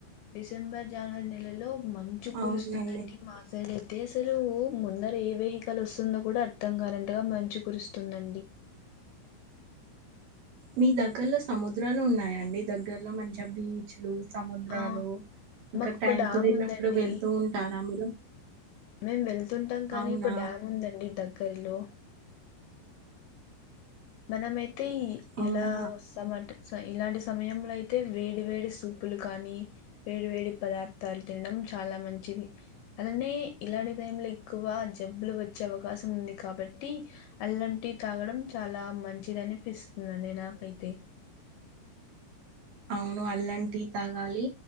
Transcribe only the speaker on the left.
డిసెంబర్ జనవరి నెలలో మంచు కురుస్తుందండి
మా సైడ్ అయితే అసలు ఓ ముందరా ఏ వెహికల్ వస్తుందో కూడా అర్ధ అర్ధం కానంతగా మంచు కురుస్తుందండి
ఆ
మాకు ఒక
డ్యామ్
ఉందండి
మేము వెళ్తుంటాం కానీ
ఒక డ్యామ్ ఉందండి దగ్గర్లో మన మయితే
ఎలా వస్తామంటే సో ఇలాంటి సమయంలో అయితే వేడి వేడి సూపులు కానీ వేడి వేడి పదార్థాలు తినడం చాలా మంచిది అలానే ఇలాంటి టైంలో ఎక్కువ జబ్బులు వచ్చే అవకాశం ఉంది కా బట్టీ అల్లం టీ తాగడం చాలా మంచిది అనిపిస్తుంది అండి నాకైతే